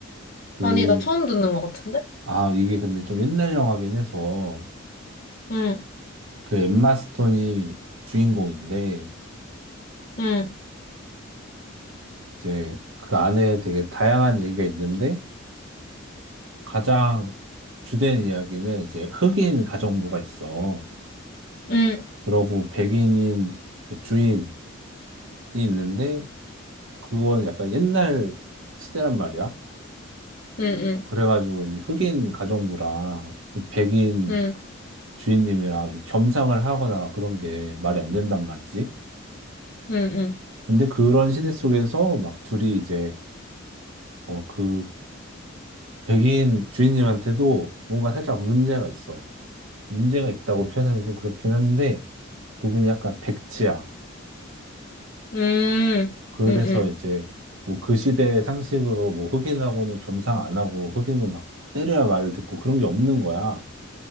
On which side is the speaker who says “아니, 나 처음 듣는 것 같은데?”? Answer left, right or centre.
Left